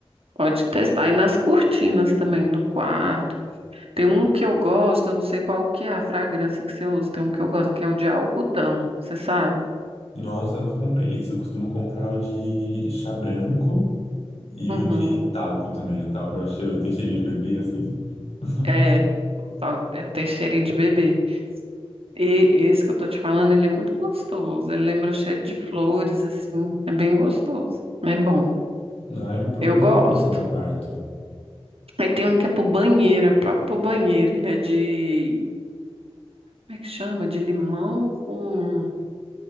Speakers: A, on the right (about 65°); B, on the left (about 80°).
A: Pode testar. E nas cortinas também do quarto. Tem um que eu gosto, eu não sei qual que é a fragrância que você usa. Tem um que eu gosto que é o de algodão, você sabe?
B: Nossa, eu nunca comprei esse. Eu costumo comprar o de chá branco e
A: Uhum.
B: o de talco também. O talco é cheiro, tem cheirinho de bebê, assim. <laughs>
A: É, tá- é, tem cheirinho de bebê. E esse que eu tô te falando, ele é muito gostoso. Ele lembra cheiro de flores, assim. É bem gostoso. É bom.
B: Ah, eu vou procurar
A: Eu gosto.
B: pra passar no quarto.
A: Aí tem um que é pro banheiro, é próprio pro banheiro. Ele é de. Como é que chama? De limão com.